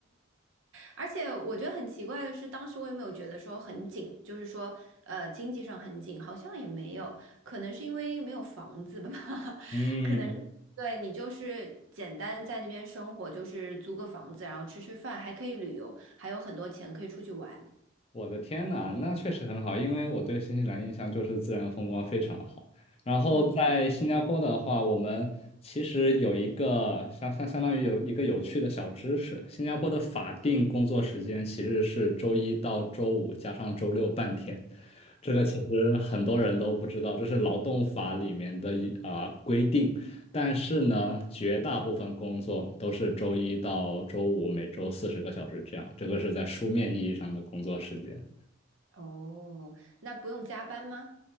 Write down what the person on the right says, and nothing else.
而且我觉得很奇怪的是，当时我也没有觉得说很紧，就是说呃经济上很紧，好像也没有，可能是因为没有房子吧，<laughs>
可能是。对，你就是简单在那边生活，就是租个房子，然后吃吃饭，还可以旅游，还有很多钱可以出去玩。
嗯。
哦，那不用加班吗？